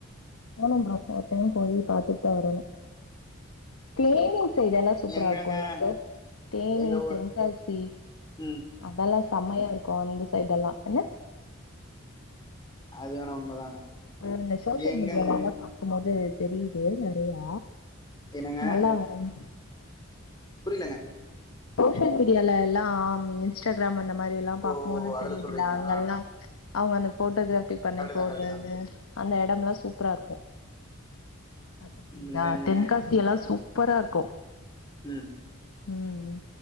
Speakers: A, on the left; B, on the left.
A: போனு ப்ரோ ஒரு டைம் போய் பாத்துட்டு தா வரணு தேனி சைடெல்லா சூப்பரா
B: எங்கங்க
A: இருக்குல்ல ப்ரோ தேனி
B: எங்க ஊ
A: தென்காசி
B: ம்
A: அதல்லா செமையா இருக்கு அந்த சைடு எல்லா என்ன
B: அது வேணா உண்மதாங்க
A: அ இந்த சோஷியல்
B: எங்கங்க
A: மீடியால எல்லா பாக்கும் போது தெரியிது நெறையா
B: என்னங்க
A: நல்லா ம்
B: புரிலங்க
A: சோஷியல் மீடியால எல்லா இன்ஸ்டாகிராம் அந்த மாரில்லா பாக்கும்
B: ஓ
A: போது
B: அதுல
A: தெரியுதுல
B: சொல்றீங்களா
A: அங்கெல்லா அவுங்க அந்த போட்டோகிராபி பண்ணி
B: கரெக்டு
A: போட்றது
B: தா கரெக்டு தா
A: அந்த எடமெல்லா சூப்பரா இருக்கு பாத்துருக்கீங்ளா
B: இங்கங்க
A: தென்காசி எல்லா சூப்பரா இருக்கு
B: ம்
A: ம்